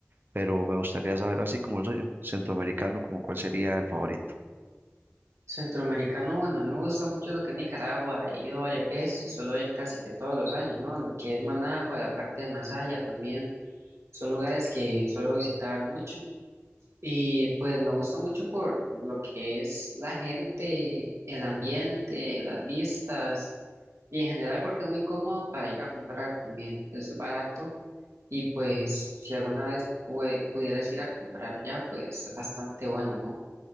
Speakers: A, on the right; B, on the right.
A: pero me gustaría saber así como el suyo, centroamericano, como cuál sería el favorito.
B: Centroamericano, bueno, a mí me gusta mucho lo que es Nicaragua, he ido varias veces y suelo ir casi que todos los años, ¿no? Lo que es Managua, la parte de Masaya también, son lugares que suelo visitar mucho. Y pues me gusta mucho por lo que es la gente, el ambiente, las vistas. Y en general porque es muy cómodo para ir a comprar también, es barato y pues si alguna vez pue- pudieras ir a comprar ya, pues es bastante bueno, ¿no?